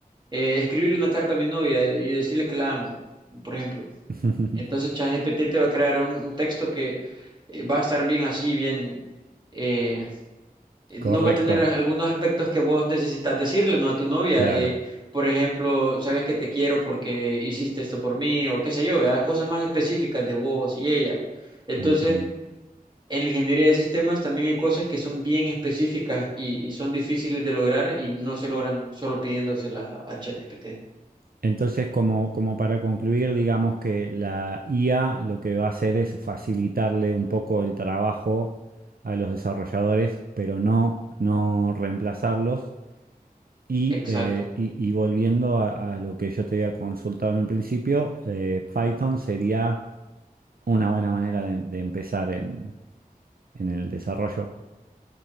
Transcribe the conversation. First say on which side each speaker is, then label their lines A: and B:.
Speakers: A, on the right; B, on the right.
A: eh, escribirle una carta a mi novia y decirle que la amo, por ejemplo.
B: <laughs>
A: Entonces ChatGPT te va a crear un, un texto que eh, va a estar bien así, bien eh, eh, no
B: Correcto,
A: va a tener a- algunos aspectos que vos necesitas decirle, ¿no? A tu novia.
B: claro,
A: eh, por ejemplo, sabes que te quiero porque hiciste esto por mí o qué sé yo, ¿verdad? Cosas más específicas de vos y ella. Entonces,
B: entiendo.
A: en la ingeniería de sistemas también hay cosas que son bien específicas y, y son difíciles de lograr y no se logran solo pidiéndoselas a, a ChatGPT.
B: Entonces, como, como para concluir, digamos que la IA lo que va a hacer es facilitarle un poco el trabajo a los desarrolladores, pero no, no reemplazarlos. Y,
A: Exacto.
B: eh, y- y volviendo a, a lo que yo te había consultado en un principio, eh, Python sería una buena manera de, de empezar en en el desarrollo.